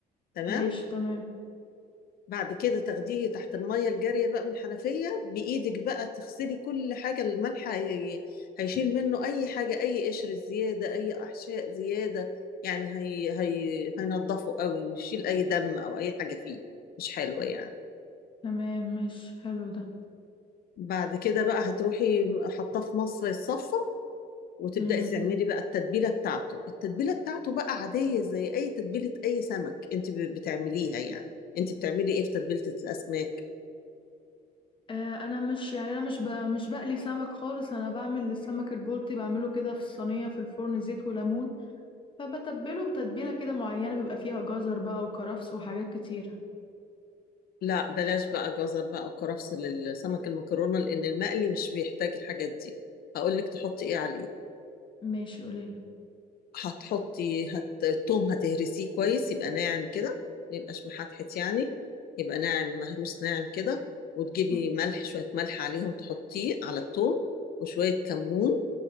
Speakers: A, on the left; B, on the left.
A: تمام
B: ماشي تمام
A: بعد كده تاخديه تحت الميه الجاريه بقى من الحنفيه بايدك بقى تغسلي كل حاجه الملح هي... هيشيل منه اي حاجه اي قشر زياده اي احشاء زياده يعني هي... هي... هينضفه قوي ويشيل اي دم او اي حاجه فيه مش حلوه يعني
B: تمام مش حلو ده
A: بعد كده بقى هتروحي حاطاه في مصفى الصفة وتبدأي
B: امم
A: تعملي بقى التتبيلة بتاعته التتبيلة بتاعته بقى عادية زي أي تتبيلة أي سمك أنت ب- بتعمليها يعني أنت بتعملي إيه في تتبيلة الأسماك
B: آه انا مش يعني انا مش ب... مش بقلي سمك خالص انا بعمل السمك البلطي بعمله كده في الصينيه في الفرن زيت وليمون فبتبله بتتبيلة كده معينة بيبقى فيها جزر بقى وكرفس وحاجات كتيرة
A: لا بلاش بقى جزر بقى وكرفس للسمك المكرونة لأن المقلي مش بيحتاج الحاجات دي هقول لك تحطي إيه عليه
B: ماشي قليلة
A: هتحطي هت... التوم هتهرسيه كويس يبقى ناعم كده ما يبقاش محتحت يعني يبقى ناعم مهروس ناعم كده وتجيبي
B: م-
A: ملح شوية ملح عليهم تحطيه على التوم وشوية كمون